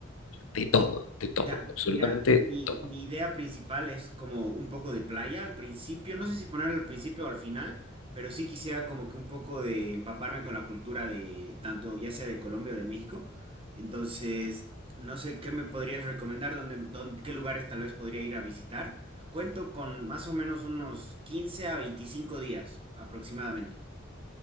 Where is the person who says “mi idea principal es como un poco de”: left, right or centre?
Right